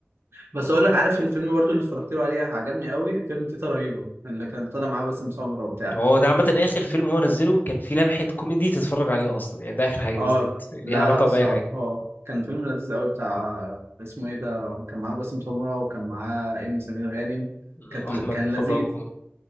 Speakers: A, on the right (about 60°); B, on the left (about 40°).
A: بس اقول لك عارف الفيلم برضه اللي اتفرجت له عليه عجبني قوي فيلم تيتا رهيبه اللي كان طالع معاه باسم سمرة وبتاع
B: هو ده عامة آخر فيلم هو نزله كان فيه لمحة كوميدي تتفرج عليها أصلا يعني ده آخر حاجة
A: اه
B: نزلت ليها
A: لا
B: علاقة
A: لا بس
B: بأي
A: هو
B: حاجة
A: كان فيلم لذيذ قوي بتاع اسمه ايه ده كان معاه باسم سمرة وكان معاه ايمي سمير غانم
B: م،
A: كانت
B: أحمد
A: كان لذيذ
B: فراج و-